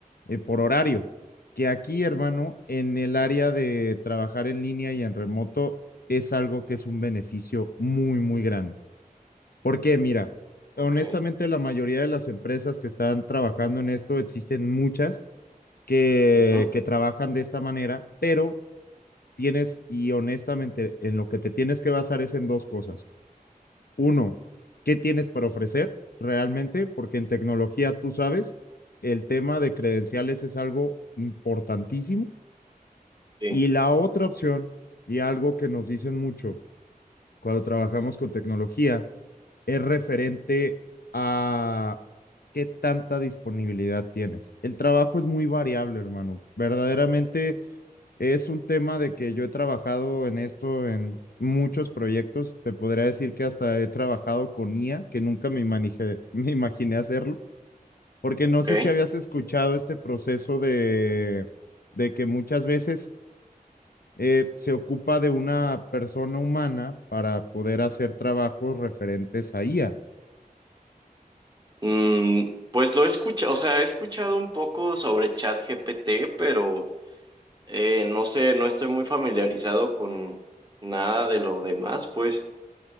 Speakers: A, on the left; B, on the right.
A: eh, por horario, que aquí, hermano, en el área de trabajar en línea y en remoto es algo que es un beneficio muy, muy grande. Porque mira, honestamente
B: Ok.
A: la mayoría de las empresas que están trabajando en esto, existen muchas que,
B: Ujú,
A: que trabajan de esta manera, pero tienes, y honestamente, en lo que te tienes que basar es en dos cosas. Uno, ¿qué tienes para ofrecer realmente? Porque en tecnología, tú sabes, el tema de credenciales es algo importantísimo.
B: sí,
A: Y la otra opción, y algo que nos dicen mucho cuando trabajamos con tecnología, es referente a qué tanta disponibilidad tienes. El trabajo es muy variable, hermano. Verdaderamente Es un tema de que yo he trabajado en esto en muchos proyectos. Te podría decir que hasta he trabajado con IA, que nunca me, manejé- <laughs> me imaginé hacerlo, porque no
B: ok.
A: sé si habías escuchado este proceso de, de que muchas veces eh, se ocupa de una persona humana para poder hacer trabajos referentes a IA.
B: Mm, pues lo he escuchado, o sea, he escuchado un poco sobre ChatGPT, pero eh, no sé, no estoy muy familiarizado con nada de lo demás, pues.